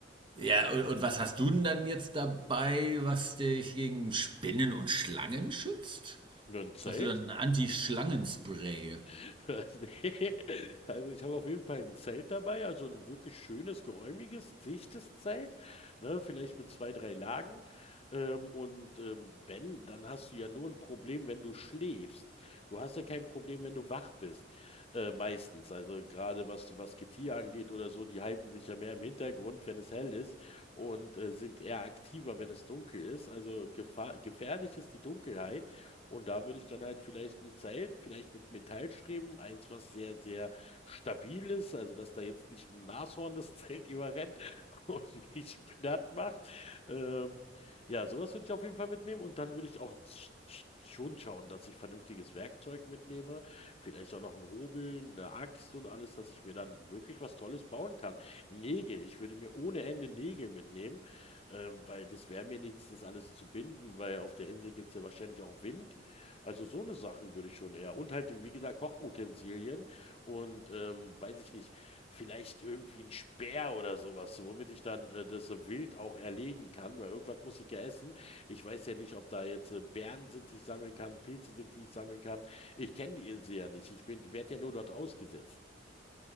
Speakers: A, on the right; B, on the left.
A: Ja, und, und was hast du denn dann jetzt dabei, was dich gegen Spinnen und Schlangen schützt?
B: Nur ein Zelt?
A: Hast du dann ein Anti-Schlangenspray?
B: <laughs> Nee. Also ich habe auf jeden Fall ein Zelt dabei, also ein wirklich schönes, geräumiges, dichtes Zelt, ne, vielleicht mit zwei, drei Lagen. Ähm, und ähm, wenn, dann hast du ja nur ein Problem, wenn du schläfst. Du hast ja kein Problem, wenn du wach bist. Äh, meistens, also gerade was, was Getier angeht oder so, die halten sich ja mehr im Hintergrund, wenn es hell ist und äh, sind eher aktiver, wenn es dunkel ist. Also gefahr gefährlich ist die Dunkelheit. Und da würde ich dann halt vielleicht ein Zelt, vielleicht mit Metallstreben, eins, was sehr, sehr stabil ist, also dass da jetzt nicht ein Nashorn das Zelt überrennt <laughs> und mich platt macht. Ähm, ja, sowas würde ich auf jeden Fall mitnehmen und dann würde ich auch sch- sch- schon schauen, dass ich vernünftiges Werkzeug mitnehme, vielleicht auch noch ein Hobel, eine Axt und alles, dass ich mir dann wirklich was Tolles bauen kann. Nägel, ich würde mir ohne Ende Nägel mitnehmen, ähm, weil das wäre mir nichts, das alles zu binden, weil auf der Insel gibt es ja wahrscheinlich auch Wind. Also so eine Sachen würde ich schon eher. Und halt, wie gesagt, Kochutensilien und ähm, weiß ich nicht, vielleicht irgendwie ein Speer oder sowas, womit ich dann äh, das Wild auch erlegen kann, weil irgendwas muss ich ja essen. Ich weiß ja nicht, ob da jetzt äh, Beeren sind, die ich sammeln kann, Pilze sind, die ich sammeln kann. Ich kenne die Insel ja nicht. Ich bin, werde ja nur dort ausgesetzt.